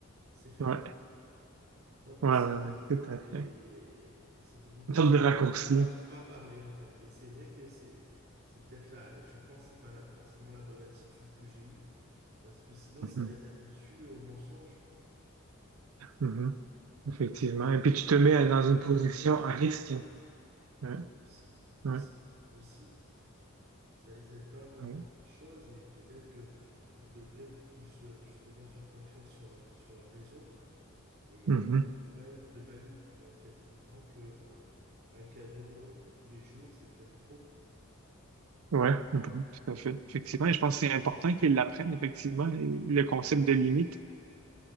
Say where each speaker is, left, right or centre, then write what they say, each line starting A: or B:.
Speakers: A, on the right; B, on the right.
A: C'est fermé,
B: Ouais,
A: pas possible.
B: ouais, ouais, ouais, tout à fait.
A: Et, c'est beaucoup plus
B: Une sorte
A: simple.
B: de raccourci.
A: pour Pas, pour pas parler, en fait. Mais c'est vrai que c'est, c'est peut-être là, je pense, que c'est pas la- forcément la bonne attitude que j'ai eue, parce que sinon,
B: Mhm,
A: ça les habitue au mensonge.
B: mhm. Effectivement. Et puis tu
A: Ça
B: te
A: les
B: mets
A: aide
B: dans
A: pas à
B: une
A: comprendre
B: position
A: les choses.
B: à risque. Ouais,
A: Aussi, aussi,
B: ouais,
A: aussi, ça les aide pas à comprendre
B: ouais.
A: les choses, et peut-être que je devrais plus, euh, justement, faire confiance sur leur, sur leur raison Et
B: Mhm.
A: eux-mêmes, de même, ils pourront peut-être comprendre que ben, un cadeau euh, tous les jours, c'est peut-être trop.
B: Ouais, mhm, Tout à fait. Effectivement. Et je pense que c'est important qu'ils l'apprennent, effectivement, le concept de limite.